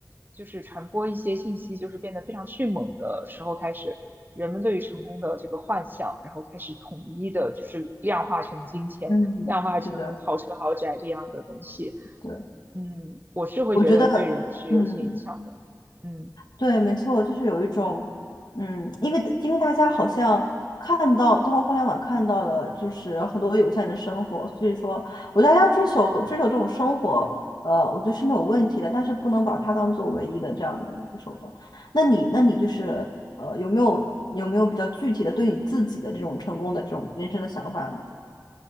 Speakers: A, on the right (about 25°); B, on the left (about 75°).
A: 就是传播一些信息，就是变得非常迅猛的时候开始，人们对于成功的这个幻想，然后开始统一的就是量化成金钱，
B: 嗯，
A: 量化成豪车豪宅这样的东西。
B: 是的，对，
A: 嗯，我是会觉得对人是有一些影响的。
B: 我觉得，嗯。
A: 嗯
B: 对，没错，就是有一种，嗯，因为因为大家好像看到通过互联网看到了，就是很多有钱人的生活，所以说，我觉得大家追求追求这种生活，呃，我觉得是没有问题的，
A: 嗯
B: 但是不能把它当做唯一的这样的一个手段。那你，那你就是，呃，有没有有没有比较具体的对你自己的这种成功的这种人生的想法呢？